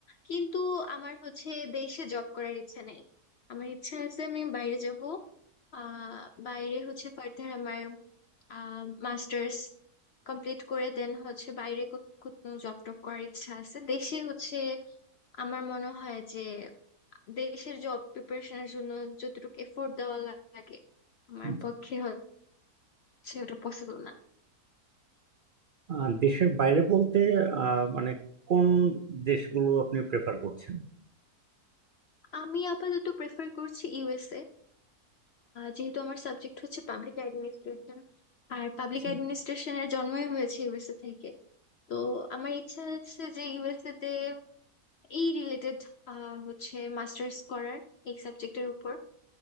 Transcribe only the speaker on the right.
জি।
আহ, দেশের বাইরে বলতে আহ, মানে কোন দেশগুলো আপনি প্রেফার করছেন
আচ্ছা